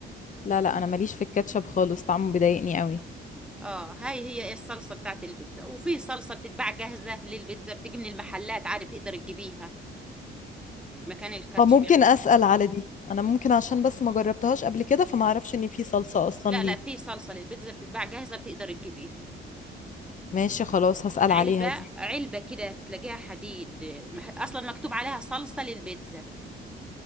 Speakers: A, on the left (about 40°); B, in the centre.
A: لا، لأ، أنا ما ليش في الكاتشب خالص، طعمه بيضايقني أوي.
B: اه هاي هي ايه الصلصة بتاعت البيتزا وفي صلصة بتتباع جاهزة للبيتزا بتيجي من المحلات عادي بتقدر تجيبيها مكان الكاتشب
A: آه، ممكن
B: يعني
A: أسأل على دي، أنا ممكن عشان بس ما جرّبتهاش قبل كده، فما أعرفش إن في صلصة أصلًا
B: لا
A: ليه.
B: لا في صلصة للبيتزا بتتباع جاهزة بتقدر تجيبيها
A: ماشي خلاص، هاسأل
B: علبة
A: عليها دي.
B: علبة كده تلاقيها حديد مح- اصلا مكتوب عليها صلصة للبيتزا